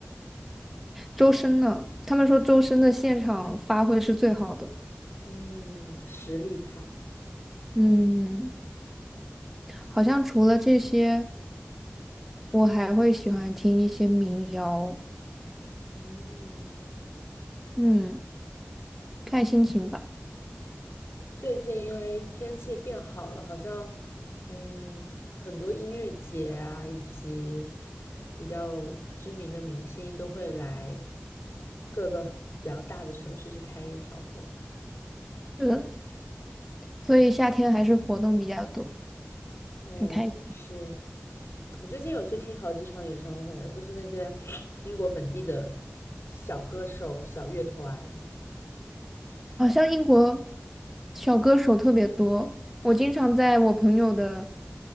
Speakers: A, in the centre; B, on the left.
A: 周深呢？他们说周深的现场发挥是最好的。
B: 嗯，实力派。
A: 嗯，好像除了这些，我还会喜欢听一些民谣。
B: 嗯，
A: 嗯，看心情吧。
B: 最近因为天气变好了，好像嗯很多音乐节啊，以及比较知名的明星都会来各个比较大的城市去开演唱会。
A: 嗯，所以夏天还是活动比较多，
B: 哎，
A: 很开
B: 是。我最近有去听好几场演唱会了，就是那些英国本地的小歌手、小乐团，
A: 好像英国小歌手特别多，我经常在我朋友的